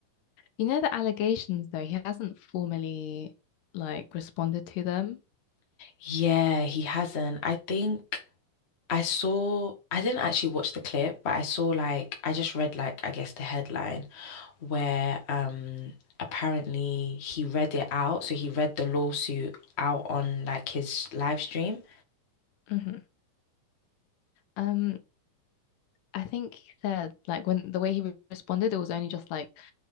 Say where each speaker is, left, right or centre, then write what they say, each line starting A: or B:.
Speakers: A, on the left (about 75°); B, on the left (about 45°).
A: you know the allegations though, he hasn't formally like responded to them.
B: Yeah, he hasn't. I think I saw, I didn't actually watch the clip, but I saw like, I just read like, I guess the headline. where um apparently he read it out. So he read the lawsuit out on like his live stream.
A: hmm Um, I think he said like when the way he re- responded, it was only just like